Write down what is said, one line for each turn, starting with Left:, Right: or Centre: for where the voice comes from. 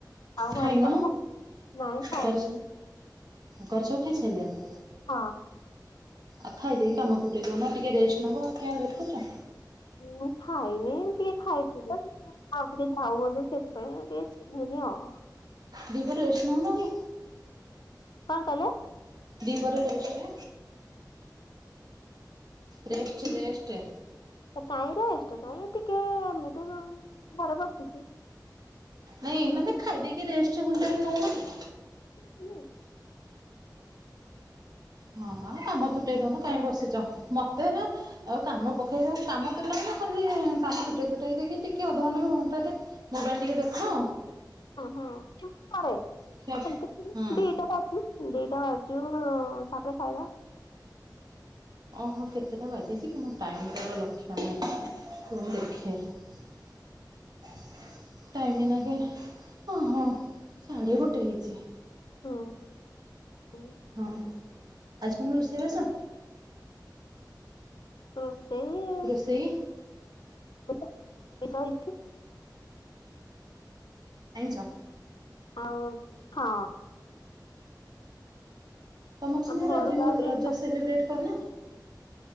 Left: ଆଉ
Right: ଖାଇନ?
Left: ଘରେ ତ ସବୁ ହଁ ନାଇଁ ଖାଇନି।
Right: ଘରେ ଘରେ ସବୁ ଖାଇସାରିଲେଣି।
Left: ହଁ।
Right: ଆ ଖାଇ ଦେଇକି କାମତୁଟେଇ ଦଉନ ଟିକେ ରେଷ୍ଟ୍ ନବ ଆଉ କାଈ ଲେଟ୍ କରୁଚ।
Left: ମୁଁ ଖାଇନି ଟିକେ ଖାଇଥିଲି ତ। ଆଉ ଟିକେ ଯାଉ ବୋଲି ସେଥିପାଇଁ ଟିକେ ଖାଇନି ଆଉ।
Right: ଦିପହରେ ରେଷ୍ଟ ନଉନ କି?
Left: କଣ କହିଲେ?
Right: ଦିପହରେ ରେଷ୍ଟେ ରେଷ୍ଟ୍ ରେଷ୍ଟ୍।
Left: କାଇଁ ରେଷ୍ଟ୍ କାଇଁ ଟିକେ ଏମିତି ଘରେ ବସିଚି।
Right: ନାଇଁ ମାନେ ଖାଇ ଦେଇକି ରେଷ୍ଟ୍ ହୁଅନ୍ତା ନଉନକି?
Left: ବୁଟୁଲୁ
Right: ହଁ କାମ ତୁଟେଇ ଦଉନୁ କାଇଁ ବସିଛ ମତେ ହେରା ଆଉ କାମ ପକେଇ କାମ ତିଲା ନା ଖାଲି କାମ ତୁଟେଇ ତୁଟାଇ ଦେଇକି ଟିକେ ଅଧଘଣ୍ଟା ବି ଘଣ୍ଟାଟେ ମୋବାଇଲି ଟିକେ ଦେଖ
Left: ହଁ ହଁ ସେମତି କରେ
Right: ଖିଆ
Left: ସେମତି
Right: ହଁ
Left: ଦିଇଟା ପାସ୍ ବୋକ୍ ଦିଇଟା ବାଜୁ ତାପରେ ଖାଇବା।
Right: ଓହୋ କେତେଟା ବାଜିଛି କି ମୋ ଟାଇମିଟାରେ ଲକ୍ଷ୍ୟ ନାହିଁ ରୁହ ମୁଁ ଦେଖେ। <inaudible> ଟାଇମି ଏଇନାକେ ଅ ହଁ ଶାଢ଼େ ଗୋଟେ ହେଇଛି।
Left: ହଁ ଆଉ
Right: ହଁ ଆଜି କଣ ରୋଷେଇବାସ?
Left: ରୋଷେଇ
Right: ରୋଷେଇ
Left: କ ତ କିସ ହେଇଛି।
Right: ଆଇଁଷ।
Left: ଆଉ ହଁ।
Right: ତମ ସଙ୍ଗ
Left: ଆମ
Right: ରଜ
Left: ଘରକୁ ଆଜି
Right: ରଜ
Left: ସ
Right: ସେଲିବ୍ରେଟ କରିନ।